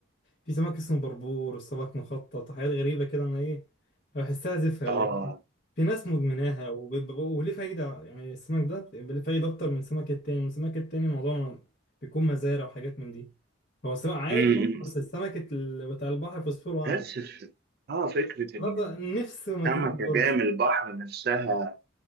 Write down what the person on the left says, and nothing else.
في سمك اسمه بربور والسمك مخطط وحاجات غريبة كده أنا إيه بحسها زفرة
اللي في ناس مدمناها وبيبقى- وليه فايدة يعني السمك ده بيبقى ليه فايدة أكتر من السمك التاني والسمك التاني الموضوع ما- بيكون مزارع وحاجات من دي هو السمك عادي
برضه
بس السمك ال- بتاع البحر فوسفوره أعلى
برضه
نفس وماتريال
برضه